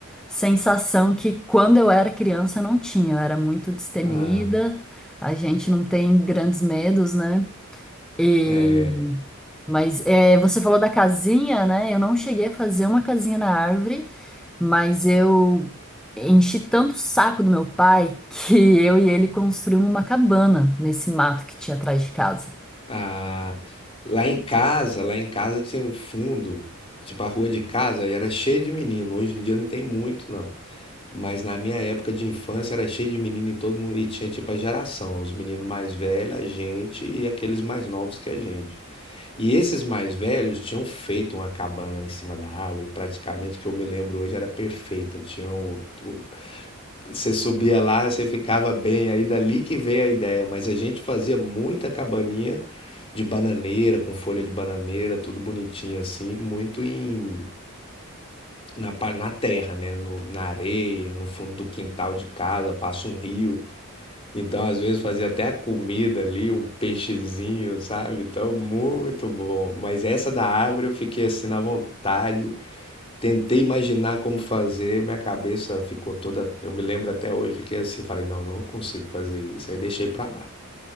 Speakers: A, in the centre; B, on the left.
A: sensação que quando eu era criança eu não tinha. Eu era muito destemida,
B: ah,
A: a gente não tem grandes medos, né? E...
B: é.
A: Mas é, você falou da casinha, né? Eu não cheguei a fazer uma casinha na árvore, mas eu enchi tanto o saco do meu pai <laughs> que eu e ele construímos uma cabana nesse mato que tinha atrás de casa.
B: Ah, lá em casa, lá em casa tinha um fundo, tipo a rua de casa era cheia de menino, hoje em dia não tem muito não. Mas na minha época de infância era cheio de menino e todo mundo e tinha tipo a geração, os meninos mais velhos, a gente e aqueles mais novos que a gente. E esses mais velhos tinham feito uma cabana em cima da árvore, praticamente que eu me lembro hoje era perfeita. Tinham o- o- você subia lá, você ficava bem, aí dali que veio a ideia, mas a gente fazia muita cabaninha de bananeira, com folha de bananeira, tudo bonitinho assim, muito em na, pa- na terra, né? No, na areia, no fundo do quintal de casa, passa um rio. Então, às vezes, fazia até a comida ali, um peixezinho, sabe? Então, muito bom. Mas essa da árvore eu fiquei assim na vontade. Tentei imaginar como fazer, minha cabeça ficou toda. Eu me lembro até hoje, fiquei assim, falei, não, não consigo fazer isso. Aí deixei pra lá.